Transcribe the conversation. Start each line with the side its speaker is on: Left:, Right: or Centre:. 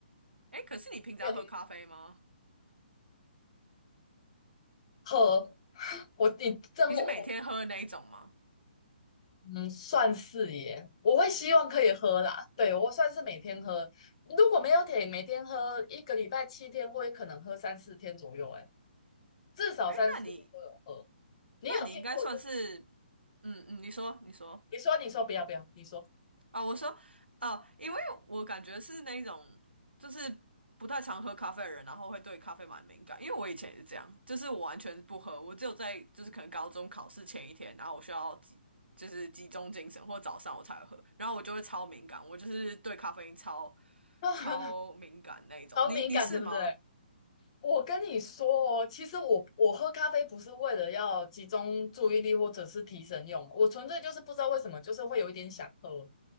Right: 哎，可是你平常喝咖啡吗？
Left: 你有听喝，<laughs> 我你真我
Right: 你是每天喝的那一种吗？
Left: 嗯算是耶，我会希望可以喝啦，对我算是每天喝，如果没有铁，每天喝一个礼拜七天，我也可能喝三四天左右，哎，至少三四天都有喝。
Right: 哎，那你
Left: 你有听过就是
Right: 那你应该算是，嗯嗯，你说你说，
Left: 你说你说不要不要，你说
Right: 啊，我说，呃，因为我感觉是那种就是不太常喝咖啡的人，然后会对咖啡蛮敏感。因为我以前也是这样，就是我完全不喝，我只有在就是可能高中考试前一天，然后我需要集就是集中精神，或早上我才会喝，然后我就会超敏感，我就是对咖啡因超
Left: 啊，
Right: 超敏感那一种。
Left: 好敏感对不对？
Right: 你你是吗？
Left: 我跟你说哦，其实我我喝咖啡不是为了要集中注意力或者是提神用，我纯粹就是不知道为什么，就是会有一点想喝。